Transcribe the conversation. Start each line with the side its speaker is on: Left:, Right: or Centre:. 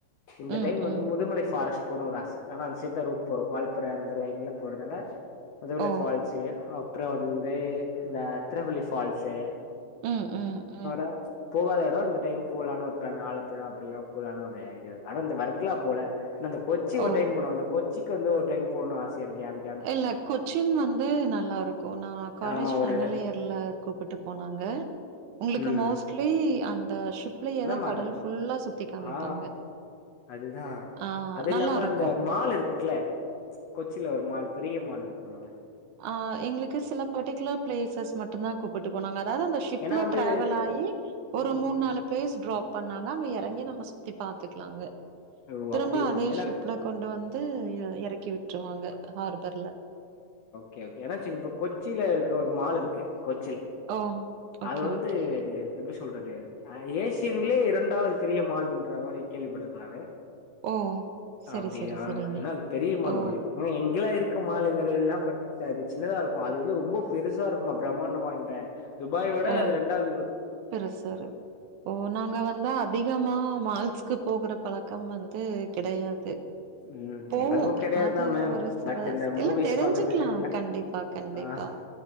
Left: இந்த
Right: ம்,
Left: டைம் வந்து
Right: ம்.
Left: முதுமலை ஃபாரஸ்ட் போனு ஒரு ஆச ஆனா அந்த சைட் ரூட் போறோ வால்பாற அந்த லைன்ல போறதுல முதுமலை
Right: ஓ!
Left: ஃபால் ஸூ அப்றோ வந்து இந்த திருவள்ளி ஃபால்ஸு
Right: ம் ம் ம்
Left: அ போகாத எடோ இந்த டைம் போலானு ஒரு ப்ளான் ஆலப்புழா அப்டிலா போலானு ஒரு ஐடியா ஆனா இந்த வர்குலா போல அந்த கொச்சி ஒரு
Right: ஓ!
Left: டைம் போனு அந்த கொச்சிக்கு வந்து ஒரு டைம் போனுன் ஆசையாருக்கு ஏ
Right: இல்ல கொச்சின் வந்து நல்லாருக்கு நா காலேஜ்
Left: ஆமா
Right: ஃபைனல்
Left: ஒரு
Right: இயர் இல்ல கூப்பிட்டு போனாங்க உங்களுக்கு
Left: ம்
Right: மோஸ்ட்லி அந்த ஷிப் லயேதா
Left: மேம்
Right: கடல்
Left: அந்
Right: ஃபுல்லா சுத்தி காமிப்பாங்க
Left: ஆ அதுதா
Right: ஆ
Left: அது
Right: நல்லாருக்கும்.
Left: இல்லாம அந்த மால் இருக் குல கொச்சில ஒரு மால் பெரிய மால் இருக்குங்ள
Right: ஆ எங்களுக்கு சில பர்டிகுலர் பிளேசஸ் மட்டுந்தா கூப்புட்டு போனாங்க அதாது அந்த ஷிப்ல
Left: ஏன்னா வந்து
Right: டிராவல் ஆயி ஒரு
Left: ம்
Right: முண் நாலு பிளேஸ்சு ட்ராப் பண்ணாங்க அங்க எறங்கி நம்ம சுத்தி பாத்துக்கலா அங்க
Left: ஓ
Right: திரும்ப
Left: அப்டியா மேம்
Right: அதே
Left: ஏன்னா
Right: ஷிப்ல கொண்டு வந்து எ எறக்கி விட்ருவாங்க ஹார்பர்ல
Left: கே ஏனாச்சிங்க இப்ப கொச்சில இருக்க ஒரு மால் இருக்கு கொச்சில
Right: ஓ! ஓகே,
Left: அது வந்து
Right: ஓகே.
Left: எப்டி சொல்றது அ ஏசியன்லே இரண்டாவது பெரிய மால்லுன்ற மாரி கேள்விப்பட்ட நானு
Right: ஓ! சரி,
Left: அப்டியா
Right: சரி,
Left: அல்
Right: சரிங்க.
Left: ஏனா அது பெரிய மால்
Right: ஓ!
Left: போல இங்கெல்லா இருக்கு மால் இந்த லைன்லா பட் அது சின்னதா இருக்கு அது வந்து ரொம்ப பெருசா இருக்குமா பிரம்மாண்டமா இந்த துபாயோட
Right: ஓ!
Left: அது ரெண்டாது
Right: பெருசரு ஓ நாங்க வந்தா அதிகமா மால்ஸ்கு போகுற பழக்கம் வந்து கிடையாது
Left: ம்
Right: போவோ
Left: எங்களுக்கு கெடையாதுதா
Right: எப்பாது
Left: மேம்
Right: ஒரு சில
Left: பட் இந்த மூவிஸ்
Right: இல்ல தெரிஞ்சுக்லா
Left: பாக்குறதுக்கு
Right: கண்டிபா கண்டிபா
Left: ஆ